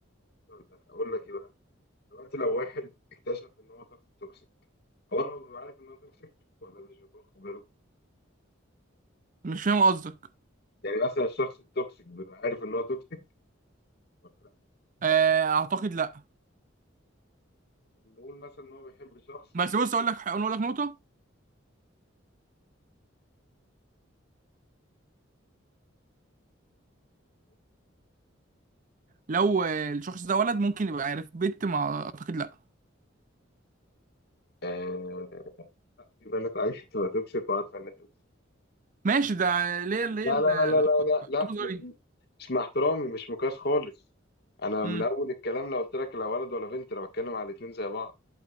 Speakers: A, on the left; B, on the right.
A: السؤال ده اقول لك ايه بقى دلوقتي لو واحد اكتشف ان هو شخص توكسيك هو انا ببقى عارف ان هو توكسيك ولا مش ببقى واخد باله
B: مش فاهم قصدك
A: يعني مثلا الشخص التوكسيك بيبقى عارف ان هو توكسيك ولا لا
B: آه، اعتقد لا
A: نقول مثلا ان هو بيحب شخص
B: بس بص اقول لك اقول لك نقطه لو آه، الشخص ده ولد ممكن يبقى عارف بنت ما اعتقد لا
A: آه، في بنات عايزة تبقى توكسيك وعارفة إن توكسيك
B: ماشي ده ليه ليه
A: لا
B: ال-
A: لا لا
B: ال-
A: لا لا لا لا
B: حافظ
A: مش
B: غريب
A: مش مع احترامي مش مقياس خالص أنا من
B: امم
A: أول الكلام لو قلت لك لا ولد ولا بنت أنا بتكلم على الاتنين زي بعض